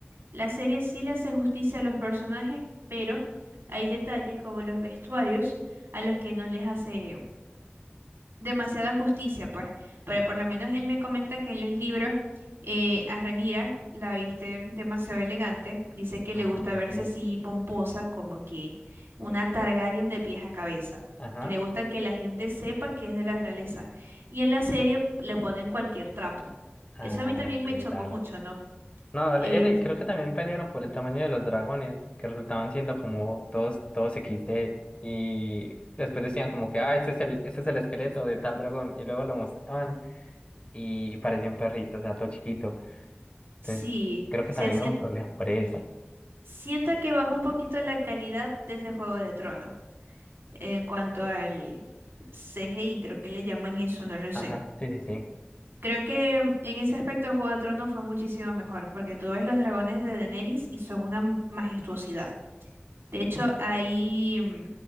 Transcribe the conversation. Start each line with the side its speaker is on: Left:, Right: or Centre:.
Right: la serie sí le hace justicia a los personajes, pero hay detalles como los vestuarios a los que no les hace demasiada justicia, pues, pero por lo menos él me comenta que en los libros eh, a Renira la viste demasiado elegante, dice que
Left: Ah,
Right: le gusta
Left: ok.
Right: verse así pomposa, como que una Targaryen de pies a cabeza,
Left: Ajá.
Right: que le gusta que la gente sepa que es de la realeza, y en la serie le ponen cualquier trapo.
Left: Ah,
Right: Eso a mí también
Left: ok,
Right: me chocó
Left: dale.
Right: mucho, ¿no?
Left: No, dale.
Right: Eh,
Left: Ese, creo que también pelearon por el tamaño de los dragones, que resultaban siendo como todos, todos XD. Y después decían como que, ah, este es el, este es el esqueleto de tal dragón. Y luego lo mostraban y parecía un perrito, o sea, todo chiquito.
Right: sí,
Left: Entonces, creo que
Right: se
Left: también hubo problemas por eso.
Right: siento que bajó un poquito la calidad desde Fuego de Tronos. en cuanto al CGI, creo que le llaman eso, no lo sé.
Left: Ajá, sí, sí, sí.
Right: Creo que mm, en ese aspecto Juego de Tronos fue muchísimo mejor, porque tú ves los dragones de Daenerys y son una m- majestuosidad. De hecho, ahí... mm,